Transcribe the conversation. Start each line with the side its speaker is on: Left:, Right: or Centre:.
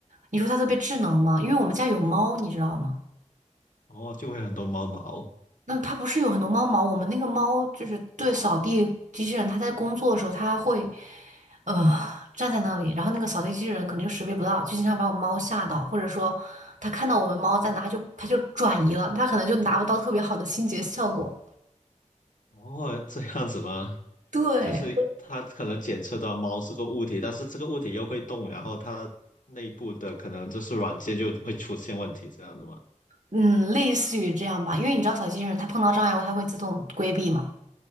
Right: 你说它特别智能吗？因为我们家有猫，你知道吗？
Left: 哦，就会很多猫毛。
Right: 那它不是有很多猫毛？我们那个猫就是对扫地机器人，它在工作的时候，它会，呃，站在那里，然后那个扫地机器人可能就识别不到，就经常把我猫吓到，或者说它看到我们猫在哪，它就它就转移了，它可能就达不到特别好的清洁效果。
Left: 哦，这样子吗？<laughs>
Right: 对，
Left: 就是它可能检测到猫是个物体，但是这个物体又会动，然后它的可能就是软件就会出现问题，这样子吗？
Right: 嗯，类似于这样吧，因为你知道小金人它碰到障碍物它会自动规避嘛，